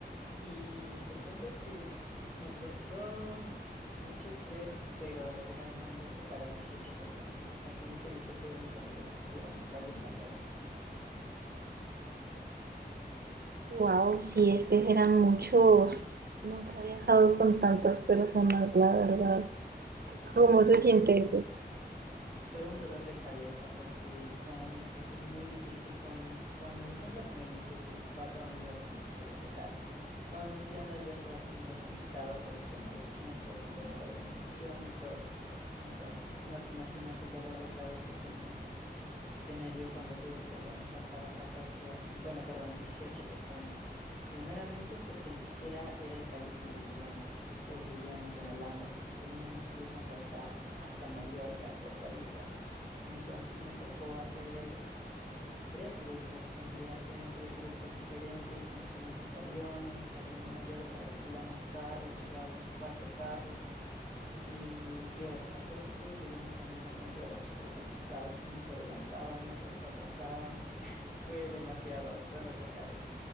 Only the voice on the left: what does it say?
Y te cuento que me costó mucho estrés, pero logré armar un viaje para 18 personas. Conseguí que 18 de mis amigos estuviéramos ahí en Mallorca.
Sí,
Fue un dolor de cabeza porque, como dices, es muy difícil con, con el ejemplo que me diste, tus cuatro amigos con los que quieres viajar. Como mencionas, ya se va poniendo complicado por el tema de tiempos, el tema de organización y todo. Entonces, si no te imaginas el dolor de cabeza que me, que me dio cuando tuve que organizar para 14, bueno, perdón, 18 personas. Primeramente porque ni siquiera era el país donde vivíamos. Nosotros vivíamos en Holanda y teníamos que irnos hasta, hasta Mallorca, hasta esta isla. Entonces me tocó hacer tres grupos, envié a- en tres grupos diferentes, en diferentes aviones. Allí en Mallorca alquilamos carros, igual cuatro carros. Y Dios, hacer que todos lleguemos al mismo punto era súper complicado. Unos se adelantaban, otros se atrasaban. Fue demasiado dolor de cabeza.